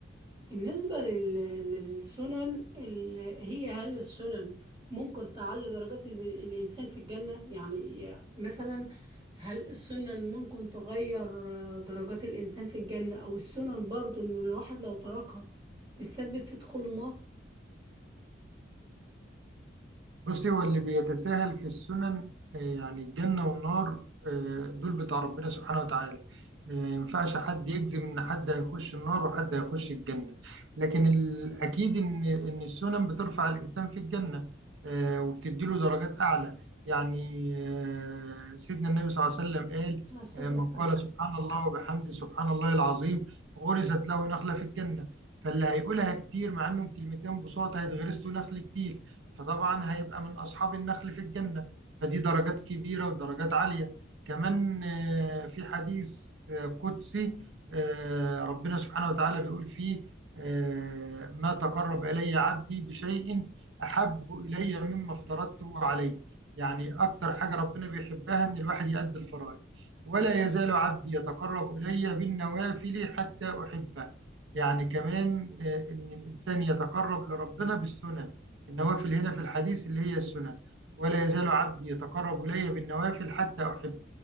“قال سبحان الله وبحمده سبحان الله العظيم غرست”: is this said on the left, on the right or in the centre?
Right